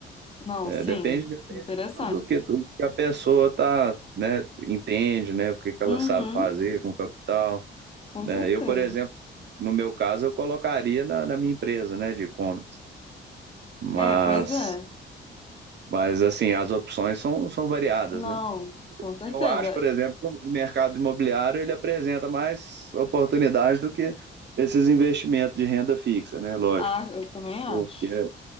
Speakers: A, on the left; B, on the right.
A: Não,
B: É,
A: sim,
B: depende, depende
A: interessante.
B: do que, do que a pessoa tá, né, entende, né, o que que
A: Uhum,
B: ela sabe fazer com o capital,
A: com
B: né?
A: certeza.
B: Eu, por exemplo, no meu caso, eu colocaria na, na minha empresa, né, de e-commerce. Mas,
A: É, pois é.
B: mas assim, as opções são, são variadas,
A: Não,
B: né?
A: com certeza.
B: Eu acho, por exemplo, que o mercado imobiliário ele apresenta mais oportunidades do que esses investimentos de renda fixa, né? Lógico,
A: Ah, eu também acho.
B: porque,